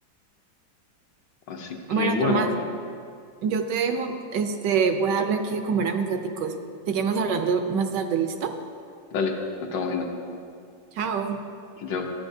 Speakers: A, on the left; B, on the right.
A: Así que
B: Bueno,
A: bueno,
B: Tomás, yo te dejo, este, voy a darle aquí de comer a mis gaticos. Seguimos hablando más tarde, ¿listo?
A: dale, nos estamos viendo.
B: Chao.
A: Chau, chau.